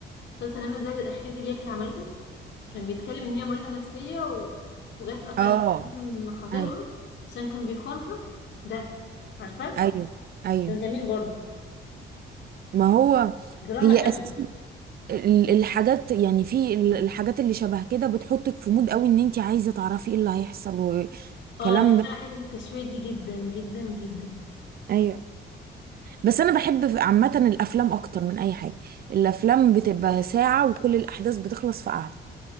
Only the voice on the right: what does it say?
اه
ايوه
ايوه ايوه
ما هو
هي
أساسا ال- الحاجات يعني في ال- الحاجات اللي شبه كده بتحطك في مود قوي ان انت عايزه تعرفي ايه اللي هيحصل والكلام
ده
ايوه بس انا بحب في- عامه الافلام اكتر من اي حاجه الافلام بتبقى ساعه وكل الاحداث بتخلص في قعده